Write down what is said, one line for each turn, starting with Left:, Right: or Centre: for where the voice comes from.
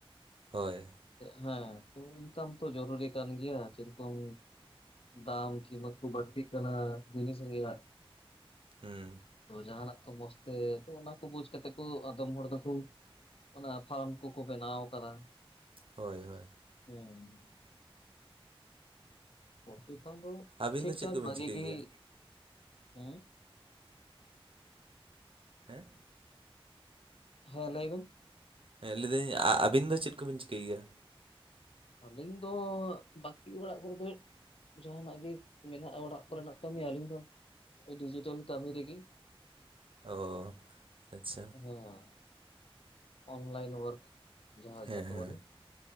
Right: ᱦᱳᱭ
Left: ᱦᱮᱸ ᱤᱱᱠᱟᱢ ᱛᱚ ᱡᱚᱨᱩᱨᱤ ᱠᱟᱱ ᱜᱮᱭᱟ ᱡᱮᱨᱚᱠᱚᱢ ᱫᱟᱢ ᱠᱤᱢᱟᱛ ᱠᱚ ᱵᱟᱹᱲᱛᱤᱜ ᱠᱟᱱᱟ ᱡᱤᱱᱤᱥ ᱨᱮᱭᱟᱜ
Right: ᱦᱩᱸ
Left: ᱛᱚ ᱡᱟᱦᱟᱸᱱᱟᱜ ᱛᱚ ᱢᱚᱸᱡᱽ ᱛᱮ ᱚᱱᱟ ᱠᱚ ᱵᱩᱡᱽ ᱠᱟᱛᱮ ᱠᱚ ᱟᱫᱚᱢ ᱦᱚᱲ ᱫᱚᱠᱚ ᱚᱱᱟ ᱯᱷᱟᱨᱢ ᱠᱚᱠᱚ ᱵᱮᱱᱟᱣ ᱟᱠᱟᱫᱟ᱾
Right: ᱦᱳᱭ ᱦᱳᱭ
Left: ᱦᱮᱸ ᱯᱚᱞᱴᱤᱨᱤ ᱯᱷᱟᱢ ᱫᱚ
Right: ᱟᱹᱵᱤᱱ
Left: ᱴᱷᱤᱠ
Right: ᱫᱚ ᱪᱮᱫ
Left: ᱴᱷᱟᱠ
Right: ᱠᱚᱵᱤᱱ
Left: ᱵᱷᱟᱹᱜᱤ
Right: ᱪᱤᱠᱟᱹᱭ
Left: ᱜᱮ
Right: ᱜᱮᱭᱟ
Left: ᱦᱩᱸ
Right: ᱦᱮᱸ
Left: ᱦᱮᱸ ᱞᱟᱹᱭᱵᱮᱱ
Right: ᱦᱮᱸ ᱞᱟᱹᱭᱫᱟᱹᱧ ᱟᱹᱵᱤᱱ ᱫᱚ ᱪᱮᱫ ᱠᱚᱵᱤᱱ ᱪᱤᱠᱟᱹᱭ ᱜᱮᱭᱟ᱾
Left: ᱟᱹᱞᱤᱧ ᱫᱚ ᱵᱟᱠᱤ ᱚᱲᱟᱜ ᱠᱚᱨᱮ ᱫᱚ ᱡᱟᱦᱟᱸᱱᱟᱜ ᱜᱮ ᱢᱮᱱᱟᱜᱼᱟ ᱚᱲᱟᱜ ᱠᱚᱨᱮᱱᱟᱜ ᱠᱟᱹᱢᱤ ᱟᱹᱞᱤᱧ ᱫᱚ ᱰᱤᱡᱤᱴᱟᱞ ᱠᱟᱹᱢᱤᱤ ᱨᱮᱜᱮ‌
Right: ᱚ ᱟᱪᱪᱷᱟ
Left: ᱦᱮᱸ ᱚᱱᱞᱟᱹᱭᱤᱱ ᱣᱟᱨᱠ ᱡᱟᱦᱟᱸ
Right: ᱦᱮᱸ
Left: ᱡᱟᱠᱮ ᱵᱚᱞᱮ
Right: ᱦᱮᱸ